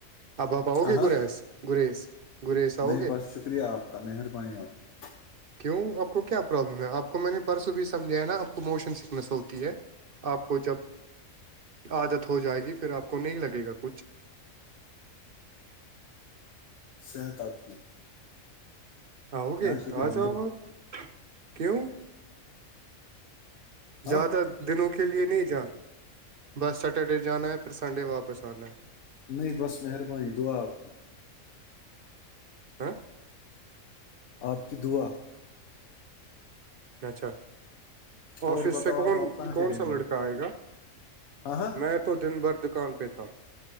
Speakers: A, on the right; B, on the left.
A: اب آپ آؤ
B: ہاں
A: گے
B: ہاں
A: گریز گریز گریز آؤ
B: نہیں
A: گے
B: بس شکریہ آپ کا مہربانی آپ کی
A: کیوں آپ کو کیا پرابلم ہے آپ کو میں نے پرسوں بھی سمجھا ہے نا آپ کو موشن سکنس ہوتی ہے آپ کو جب عادت ہو جائے گی پھر آپ کو نہیں لگے گا کچھ <inaudible>
B: صحت آپسی
A: ہؤو گے
B: شکریہ
A: آ جاؤ آپ کیوں
B: ہاں
A: زیادہ دنوں کے لیے نہیں جانا ہے بس سٹرڈے جانا ہے پھر سنڈے واپس آنا ہے
B: نہیں بس مہربانی دعا آپ کی
A: ہاں
B: آپ کی دعا
A: اچھا آفس
B: اور بتاؤ
A: سے کون
B: آپ آپ کہاں
A: کون
B: تھے دن
A: سا
B: میں
A: لڑکا آئے گا
B: ہاں ہاں
A: میں تو دن بھر دکان پہ تھا